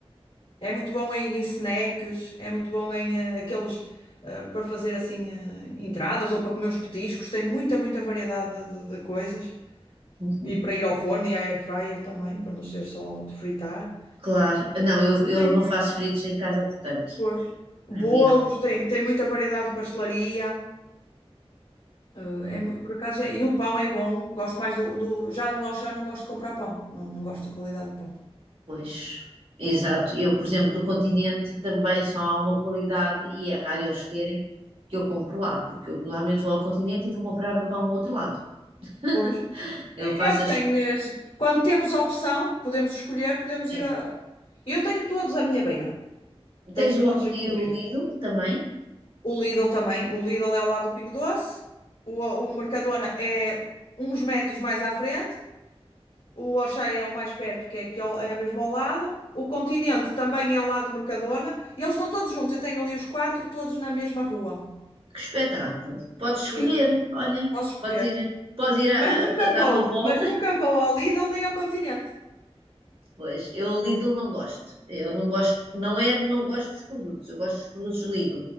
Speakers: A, on the left; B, on the right.
A: É muito bom em, em snacks, é muito bom em eh, aqueles eh, para fazer assim eh, entradas ou para comer uns petiscos. Tem muita, muita variedade de, de coisas.
B: Uhum.
A: E para ir ao forno e à air fryer também, para não ser só de fritar.
B: Claro, não, eu, eu
A: Tem,
B: não faço fritos em casa, portanto,
A: pois,
B: para
A: bolos,
B: mim não,
A: tem, tem muita variedade de pastelaria. eh, é mu- por acaso, é- e o pão é bom. Gosto mais do, do- Já no Auchan não gosto de comprar pão. Não, não gosto da qualidade do pão.
B: pois, exato, eu, por exemplo, do continente também só há uma qualidade e é raro eles terem que eu compro lá, porque eu normalmente vou ao continente e vou comprar o pão ao outro lado. <laughs>
A: Pois.
B: Eu
A: É,
B: faço
A: é o que
B: as.
A: tenho. eh, se- Quando temos opção, podemos escolher, podemos
B: É.
A: ir a. Eu tenho todos à minha beira. Tenho
B: Tens
A: todos
B: o Aldi
A: aqui
B: e o
A: perto.
B: Lidl também?
A: O Lidl também. O Lidl é ao lado do Pingo Doce. O, o Mercadona é uns metros mais à frente. O Auchan é o mais perto, que é aqui ao, é mesmo ao lado. O Continente também é ao lado do Mercadona. E eles estão todos juntos. Eu tenho ali os quatro todos na mesma rua.
B: Que espetáculo! Podes escolher,
A: Sim,
B: olha,
A: posso escolher.
B: podes ir, podes ir a,
A: Mas nunca
B: a- a
A: vou,
B: dar uma volta.
A: mas nunca vou ao Lidl nem ao Continente.
B: Pois, eu Lidl não gosto. Eu não gosto, não é de não gosto dos produtos, eu gosto dos produtos Lidl.